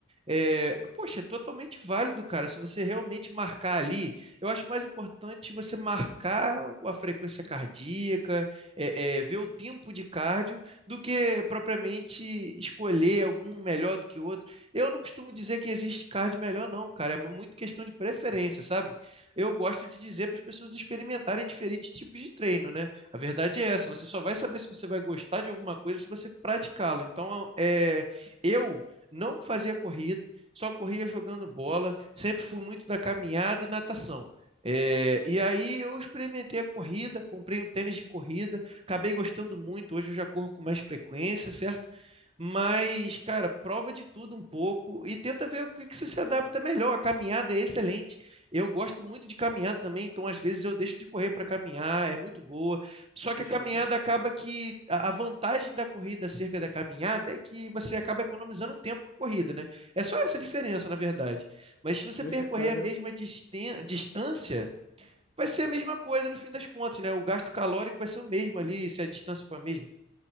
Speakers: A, on the right; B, on the left.
A: é, poxa, é totalmente válido, cara. Se você realmente marcar ali, eu acho mais importante você marcar a frequência cardíaca, é, é, ver o tempo de cardio, do que propriamente escolher algum melhor do que o outro. Eu não costumo dizer que existe cardio melhor, não, cara. É muito questão de preferência, sabe? Eu gosto de dizer para as pessoas experimentarem diferentes tipos de treino, né? A verdade é essa. Você só vai saber se você vai gostar de alguma coisa se você praticá-lo. Então, é, eu não fazia corrida, só corria jogando bola, sempre fui muito da caminhada e natação. É, e aí eu experimentei a corrida, comprei um tênis de corrida, acabei gostando muito, hoje eu já corro com mais frequência, certo? Mas, cara, prova de tudo um pouco e tenta ver o que que você se adapta melhor. A caminhada é excelente. Eu gosto muito de caminhar também, então às vezes eu deixo de correr para caminhar, é muito boa. Só que
B: Poxa,
A: a caminhada
B: cara.
A: acaba que a a vantagem da corrida acerca da caminhada é que você acaba economizando tempo com a corrida, né? É só essa diferença, na verdade. Mas se você
B: Poxa,
A: percorrer
B: cara,
A: a mesma disten- distância, vai ser a mesma coisa no fim das contas, né? O gasto calórico vai ser o mesmo ali, se a distância for a mesma.